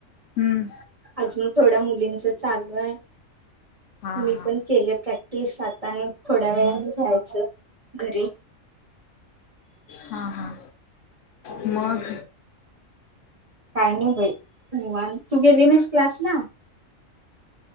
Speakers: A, on the left; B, on the right.
A: हम्म
B: अजून थोड्या मुलींच चालू आहे.
A: हा
B: मी
A: हा
B: पण केलं प्रॅक्टिस आता आणि थोड्या वेळा जायच घरी.
A: हा हा मग.
B: काही नाही बाई. निवांत, तू गेली नाहीस क्लासला?